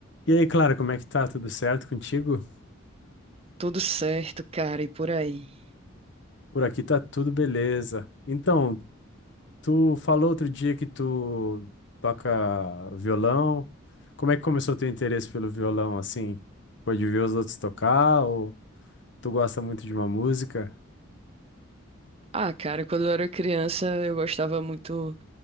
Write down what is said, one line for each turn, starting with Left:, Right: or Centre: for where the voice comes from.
Left: E aí, Clara, como é que tá? Tudo certo contigo?
Right: Tudo certo, cara, e por aí?
Left: Por aqui tá tudo beleza. Então, tu falou outro dia que tu toca violão. Como é que começou o teu interesse pelo violão, assim? Foi de ver os outros tocar ou tu gosta muito de uma música?
Right: Ah, cara, quando eu era criança, eu gostava muito.